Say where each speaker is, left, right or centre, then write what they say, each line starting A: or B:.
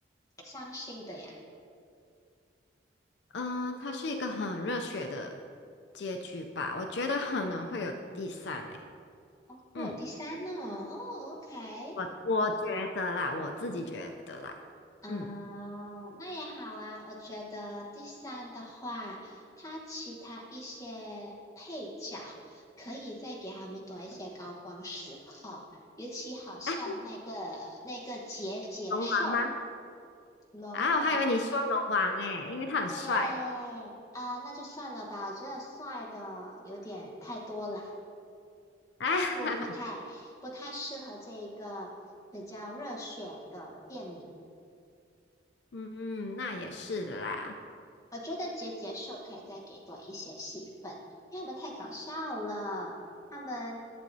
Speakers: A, on the left (about 15°); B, on the left (about 65°).
A: 伤心的呀？
B: 嗯，他是一个很热血的结局吧，我觉得可能会有第三诶，
A: 嗯，会有第三呢？
B: 嗯，
A: 哦，OK。
B: 我我觉得啦，我自己觉得啦，
A: 嗯，
B: 嗯，
A: 那也好啊。我觉得第三的话，它其他一些配角可以再给他们多一些高光时刻，尤其好像那个
B: <laughs> 啊，
A: 那个结节兽
B: 龙王吗？
A: 龙王，
B: 啊，我还以为你说龙王诶，因为他很帅，
A: 哎啊，那就算了吧。我觉得帅的有点太多了，
B: 啊。<laughs>
A: 不不太不太适合这一个比较热血的电影。
B: 哈哈。嗯，嗯，那也是的啦。
A: 我觉得结节兽可以再给多一些戏份，因为他们太搞笑了。他们，